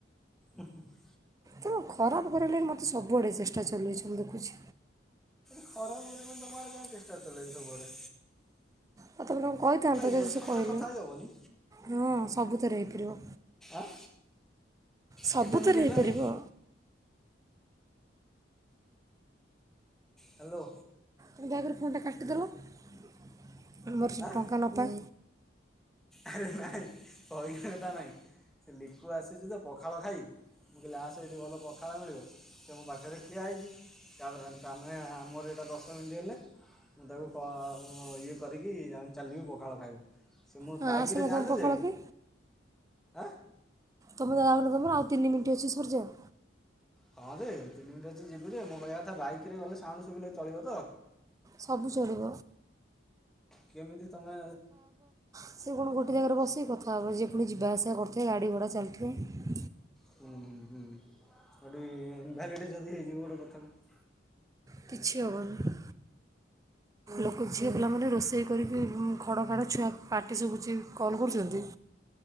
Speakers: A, in the centre; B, on the right.
A: ଉଁ, ହୁଁ,।
B: ତୁମେ ଖରାପ କରେଇ ଲାଗି ମୋତେ ସବୁଆଡ଼େ ଚେଷ୍ଟା ଚାଲେଇଛି ମୁଁ ଦେଖୁଛି।
A: ଖରା ମରା ତମ ଆଡେ ସମସ୍ତେ ଚେଷ୍ଟା ଚାକେଇଚ ସବୁଆଡେ।
B: ହଉ ତମେ ତାଙ୍କୁ କହିଥାନ୍ତ ଯଦି
A: ଇୟରଫୋନ୍ରେ
B: ସେ କହିଲେ
A: କଥା ହେଇ ହେବନି
B: ହଁ ସବୁଥିରେ ହେଇପାରିବ।
A: ଆଁ।
B: ସବୁ
A: କେତେ ମିନିଟ୍
B: ଥରେ
A: ହେଲାଣି
B: ହେଇପାରିବ।
A: ହ୍ୟାଲୋ।
B: ଦୟାକରି ଫୋନ୍ ଟା କାଟିଦେଲ ଆମର ସେ
A: ଆଁ
B: ଟଙ୍କା ନପା।
A: ଆରେ ନାଇଁ ପଇସା କଥା ନାହିଁ ସେ ଲିକୁ ଆସିଛି ତ ପଖାଳ ଖାଇ। ମୁଁ କହିଲି ଆସେ ଏଠି ଭଲ ପଖାଳ ମିଳିବ ସେ ମୋ ପାଖରେ ଠିଆ ହେଇଛି। ତାପରେ ନ ତମେ ଆମର ଏଇଟା ଦଶ ମିନିଟ୍ ହେଲେ ମୁଁ ତାକୁ କ ଇଏ କରିକି ଯାନ ଚାଲିବୁ ପଖାଳ ଖାଇବୁ। ମୁଁ
B: ହଁ
A: ବାଇକରେ
B: ଆସୁନ
A: ଯାଆନ୍ତୁ
B: ତମ ପଖାଳ
A: ଯେ
B: କି
A: ଆଁ
B: ତମେନ ତମ ଆଉ ତିନି ମିନିଟ ଅଛି ସରିଯାଉ।
A: ହଁ ଯେ ତିନିିମିନିଟ ଅଛି ଯିବୁ ଯେ ମୋ କହିବା କଥା ବାଇକରେ ଗଲେ ସାଉଣ୍ଡ ସୁବିିଲେ ଚଳିବ ତ।
B: ସବୁ ଚଳିବ
A: କେମିତି ତମେ
B: ସିଏ କଣ ଗୋଟେ ଜାଗାରେ ବସିକି କଥା ହବ ଯିଏ ପୁଣି ଜିବା ଆସିବା କରୁଥିବେ ଗାଡ଼ି ଘୋଡ଼ା ଚାଲିଥିବ
A: ହୁଁ ହୁଁ ହୁଁ ଆଉଟିକେ ଇନ୍ ଭ୍ୟାଲିଡ଼ ଯଦି ହେଇଯିବ ଗୋଟେ କଥା କୁ।
B: କିଛି ହବନି। ଲୋକ ଝିଅ ପିଲାମାନେ ରୋଷେଇ କରିକି ଖଡ଼ ଖାଡ଼ ଛୁଆକୁ ପାଟି ଶୁଭୁଛି କଲ୍ କରୁଛନ୍ତି।